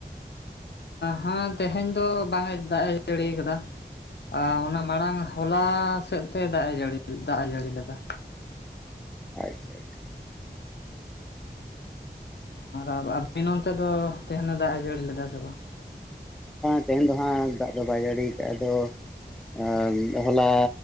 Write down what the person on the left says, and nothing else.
ᱦᱮᱸ ᱛᱮᱦᱮᱧ ᱫᱚ ᱵᱟᱝ ᱮ ᱫᱟᱜ ᱮ ᱡᱟᱹᱲᱤ ᱠᱟᱫᱟ᱾ ᱟᱨ ᱚᱱᱟ ᱢᱟᱲᱟᱝ ᱦᱚᱞᱟ ᱥᱮᱫ ᱛᱮ ᱫᱟᱜ ᱮ ᱡᱟᱹᱲᱤ ᱫᱟᱜ ᱮ ᱡᱟᱹᱲᱤ ᱞᱮᱫᱟ
ᱟᱨ <inaudible> ᱫᱚ ᱛᱮᱦᱮᱱ ᱮ ᱫᱟᱜ ᱮ ᱡᱟᱹᱲᱤ ᱞᱮᱫᱟ ᱥᱮ ᱵᱟᱝ